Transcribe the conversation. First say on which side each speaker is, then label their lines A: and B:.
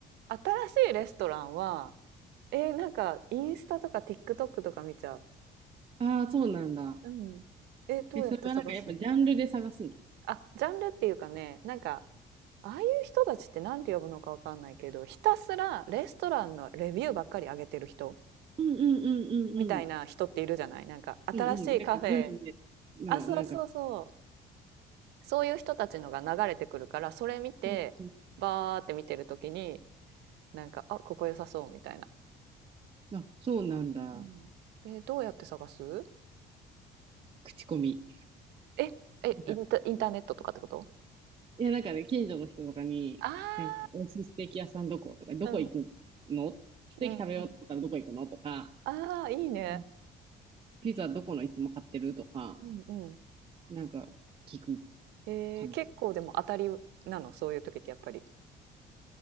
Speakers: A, on the right; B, on the right.
A: 新しいレストランは、えーなんかインスタとか TikTok とか見ちゃ
B: ああー、そうなんだ。
A: う。うん。え、どうやって探すの
B: え、それはなんかやっぱジャンルで探すの
A: あ、ジャンルっていうかね、なんか、ああいう人たちって何て呼ぶのかわかんないけど、ひたすらレストランのレビューばっかり上げてる人
B: うんうんうんうんうん。
A: みたいな人っているじゃないなんか、新しいカフェ。
B: うんうん。なんかグルメの、
A: あ、そうそうそう。
B: なんか、うん
A: そういう人たちのが流れてくるからそれ見てバーって見てる時に
B: うんうん
A: なんかあここ良さそうみたいな。
B: うん。あ、そうなんだ。
A: うんでどうやって探す
B: 口コミ。
A: ええインタインターネットとかってこと
B: なんかいや、なんかね、近所の人とかに、
A: あ
B: なんか、美味しいステーキ屋さんどことか、どこ行くのステーキ食べようと思ったらどこ行くのとか、
A: あーうんうんうんああーいいね。
B: うんピザどこのいつも買ってるとか、
A: うんうん
B: なんか、聞く
A: えー結構でも当たりなのそういう時ってやっぱり。
B: かな。